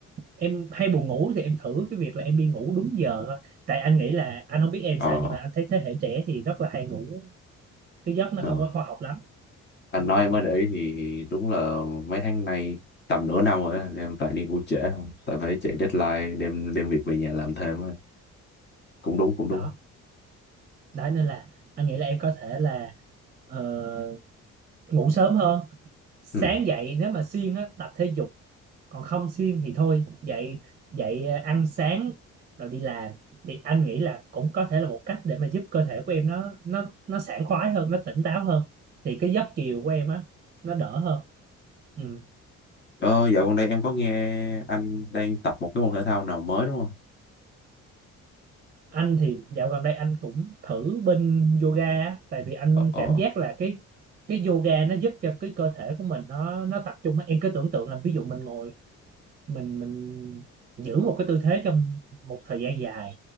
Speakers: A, on the right; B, on the left.
A: em hay buồn ngủ thì em thử cái việc là em đi ngủ đúng giờ thôi tại anh nghĩ là anh không biết em
B: ờ
A: sao nhưng mà anh thấy thế hệ trẻ thì rất là hay ngủ cái giấc nó
B: ờ
A: không có khoa học lắm
B: anh nói em mới để ý thì đúng là mấy tháng nay tầm nửa năm rồi á, em toàn đi ngủ trễ không tại phải chạy deadline đem đem việc về nhà làm thêm á. cũng đúng cũng đúng
A: đó đó nên là anh nghĩ là em có thể là ờ, ngủ sớm hơn sáng
B: ừ.
A: dậy nếu mà siêng á tập thể dục còn không xuyên thì thôi dậy dậy ờ, ăn sáng rồi đi làm thì anh nghĩ là cũng có thể là một cách để mà giúp cơ thể của em nó nó nó sảng khoái hơn nó tỉnh táo hơn thì cái giấc chiều của em á nó đỡ hơn ừ.
B: ờ, dạo gần đây em có nghe anh đang tập một cái môn thể thao nào mới đúng không
A: anh thì dạo gần đây anh cũng thử bên yoga á, tại vì anh
B: ờ ờ
A: cảm giác là cái cái yoga nó giúp cho cái cơ thể của mình nó nó tập trung á. em cứ tưởng tượng là ví dụ mình ngồi mình mình giữ một cái tư thế trong một thời gian dài